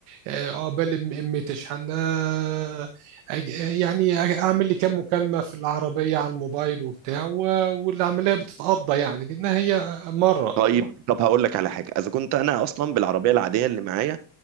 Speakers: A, on the right; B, on the right.
A: آه، عقبال ام أمي تشحن آه، أج- يعني أعمل لي كام مكالمة في العربية على الموبايل وبتاع و- والعملية بتتقضى يعني لأنها هي مرة
B: طيب طب هقول لك على حاجة اذا كنت انا اصلا بالعربية العادية اللي معايا